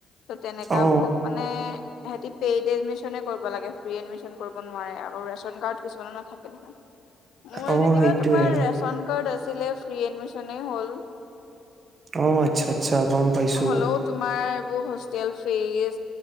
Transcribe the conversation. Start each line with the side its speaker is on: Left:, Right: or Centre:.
Left: ত' তেনেকাবোৰক
Right: অ
Left: মানে সেহঁতি পেইড এডমিচনেই কৰিব লাগে ফ্ৰী এডমিচন কৰিব নোৱাৰে আৰু ৰেচন কাৰ্ড কিছুমানৰ নাথাকে নহয়। মোৰ
Right: অ
Left: যেনিবা
Right: সেইটোয়ে
Left: তোমাৰ ৰেচন কাৰ্ড আছিলে ফ্ৰী এডমিচনে হ'ল।
Right: অ, আচ্ছা-আচ্ছা গম পাইছো।
Left: হ'লেও তোমাৰ এইবোৰ হোষ্টেল ফিছ